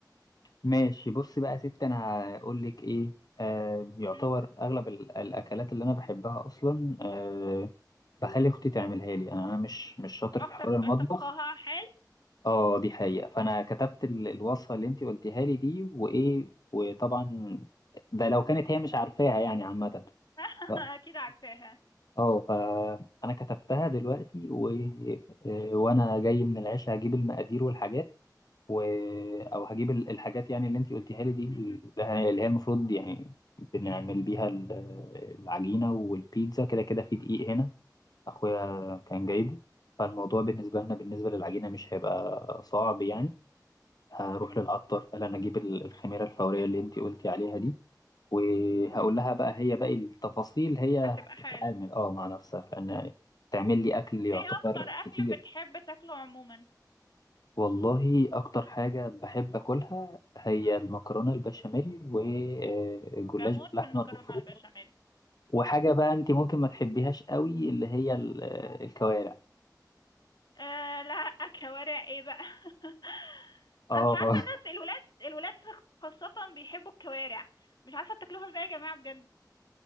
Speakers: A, on the left (about 60°); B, on the left (about 80°).
A: <laughs> ماشي بصي بقى يا ستي انا هقول لك ايه آه يعتبر
B: مم.
A: اغلب ال- الاكلات اللي انا بحبها اصلا آه بخلي اختي تعملها لي انا أنا مش مش شاطر
B: أختك
A: في حوار
B: بقى
A: المطبخ
B: طبخها حال
A: اه دي حقيقة فأنا كتبت ال- الوصفة اللي انت قلتيها لي دي وإيه وطبعا ده لو كانت هي مش عارفاها يعني عامة
B: <laughs>
A: ف-
B: أكيد عارفاها
A: اه فأنا كتبتها دلوقتي و... آه، وأنا جاي من العشاء هجيب المقادير والحاجات و... أو هجيب ال- الحاجات يعني اللي انت قلتيها لي دي اللي
B: مم.
A: اللي هي المفروض يعني بنعمل بيها ال- العجينة والبيتزا كده كده في دقيق هنا أخويا كان جايبه فالموضوع بالنسبة لنا بالنسبة للعجينة مش هيبقى صعب يعني هروح
B: مم.
A: للعطار فقال انا اجيب ال- الخميره الفوريه اللي انت قلتي عليها دي وهقول
B: مم.
A: لها بقى هي باقي التفاصيل هي
B: هتبقى
A: هتتعامل
B: حلو
A: اه مع نفسها لان تعمل لي اكل يعتبر
B: ايه أكتر أكل
A: كتير
B: بتحب تاكله عموما
A: والله اكتر حاجه بحب اكلها هي المكرونه البشاميل والجلاش
B: بموت
A: باللحمه
B: في المكرونة
A: المفرومه
B: البشاميل
A: وحاجه بقى انت ممكن ما تحبيهاش قوي اللي هي ال- الكوارع
B: آه لا كوارع ايه بقى <laughs>
A: اه
B: انا مش عارفه
A: <laughs>
B: الناس الولاد الولاد خاصه بيحبوا الكوارع مش عارفه بتاكلوها ازاي يا جماعه بجد